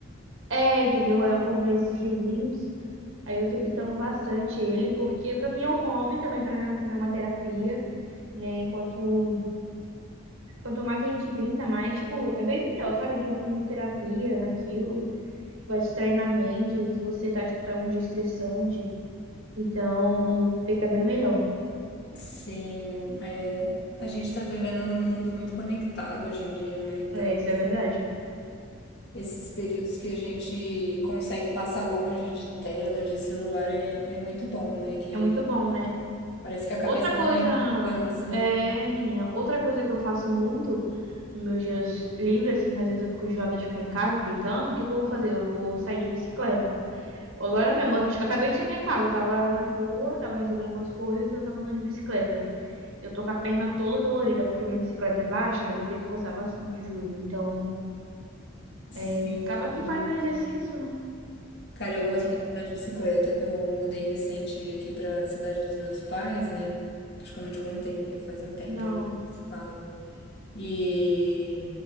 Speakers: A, on the right; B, on the left.
A: É, entendeu? Aí eu comprei esses livrinhos. Aí eu tô pintando bastante ele, porque pra mim é um hobby também, pra mim é também é uma terapia, né? Enquanto Quanto mais a gente pinta, mais, tipo, é bem melhor, sabe? A gente vai fazendo terapia naquilo, vai distraindo a mente, às vezes você tá, tipo, tá um dia estressante, então fica bem melhor.
B: Sim, é, a gente está vivendo num mundo muito conectado hoje em dia, né? Então,
A: É, isso
B: esse-
A: é verdade.
B: esses períodos que a gente consegue passar longe de tela, de celular, é, é muito bom, né? Que
A: É muito bom, né?
B: parece que a
A: Outra
B: cabeça
A: coisa,
B: realmente cansa.
A: é, menina, outra coisa que eu faço muito nos meus dias livres, assim, às vezes eu fico enjoada de ficar em casa pintando, o que que eu vou fazer? Eu vou sair de bicicleta. Agora mesmo, eu t- acabei de chegar em casa, eu tava na rua, tava resolvendo umas coisas, eu tava andando de bicicleta. Eu tô com a perna toda dolorida porque minha bicicleta é baixa e eu tenho que forçar bastante o joelho. Então,
B: Sim.
A: é, acaba que faz um exercício, né?
B: Cara, eu gosto
A: Amém?
B: muito de andar de bicicleta. Eu mudei recente aqui pra cidade dos meus pais, né? Acho que eu não te contei, porque faz um tempo
A: Não.
B: aí que eu te falo. E...